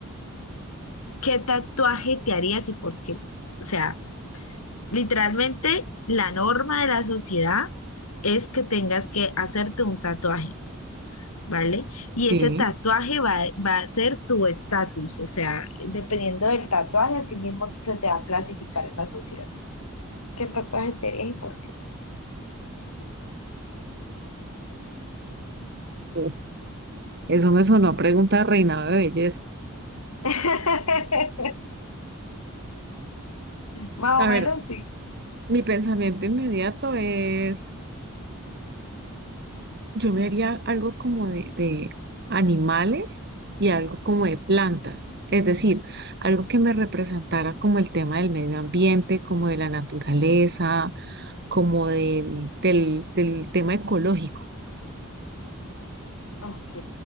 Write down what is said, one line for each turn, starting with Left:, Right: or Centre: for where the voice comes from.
Left: ¿qué tatuaje te harías y por qué? O sea, Literalmente, la norma de la sociedad es que tengas que hacerte un tatuaje, ¿vale? Y
Right: Sí,
Left: ese tatuaje va, va a ser tu estatus, o sea, dependiendo del tatuaje, así mismo se te va a clasificar en la sociedad. ¿Qué tatuaje te harías y por qué?
Right: Uf, eso me sonó a pregunta de reinado de belleza.
Left: <laughs> Más
Right: A
Left: o menos
Right: ver,
Left: sí.
Right: mi pensamiento inmediato es Yo me haría algo como de, de animales y algo como de plantas, es decir, algo que me representara como el tema del medio ambiente, como de la naturaleza, como del, del, del tema ecológico,
Left: Ok,